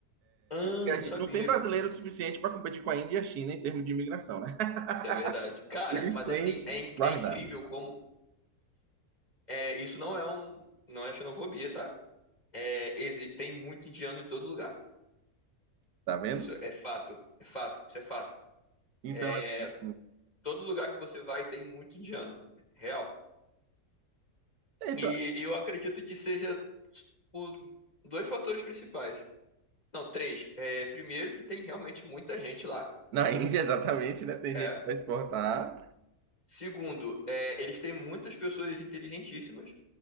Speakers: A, on the left (about 25°); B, on the right (about 85°).
A: Ah,
B: que
A: não
B: a gente-
A: sabia.
B: não tem brasileiro suficiente para competir com a Índia e a China em termos de imigração, né?
A: Isso é verdade.
B: <laughs>
A: Cara,
B: Eles
A: mas
B: têm
A: assim, é, in-
B: guardado,
A: é incrível como. É, isso não é um, não é xenofobia, tá? É, exi- tem muito indiano em todo lugar.
B: tá vendo?
A: Isso é fato, é fato, isso é fato.
B: Então,
A: É,
B: assim,
A: todo lugar que você vai tem muito indiano, real.
B: é isso.
A: E eu acredito que seja por dois fatores principais. Não, três. É, primeiro, que tem realmente muita gente lá.
B: Na Índia, exatamente, né? Tem
A: É.
B: gente que vai exportar.
A: Segundo, é, eles têm muitas pessoas inteligentíssimas.